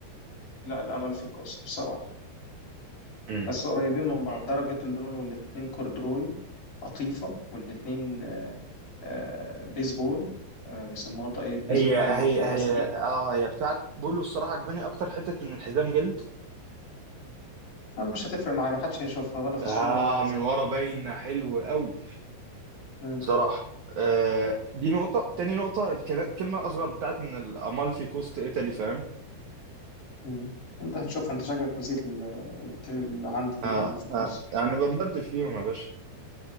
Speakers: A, on the left; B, on the right.
A: لا الأمل في الكوس بصراحة
B: مم.
A: بس قريبين من بعض درجة اللون والاتنين كوردروي قطيفة والاتنين آه، آه، بيسبول آه، بيسموها طاقية بيسبول
B: هي هي
A: هي المقوسة
B: هي
A: دي
B: اه هي بتاعت بولو الصراحه عجباني اكتر حته ان الحزام جلد
A: أنا مش هتفرق معايا محدش هيشوفها ولا في
B: اه
A: الصورة ولا في حزامهم
B: من ورا باين حلو قوي
A: م-
B: بصراحة آه دي نقطة تاني نقطة الكلا- الكلمة أصغر بتاعت من الأمالفي كوست إيطالي فاهم
A: م. انت هتشوفها انت شكلك نسيت ال- الت- اللي عندي دي
B: آه
A: الأمل في الكوس
B: آه أنا بنبدل فيهم يا باشا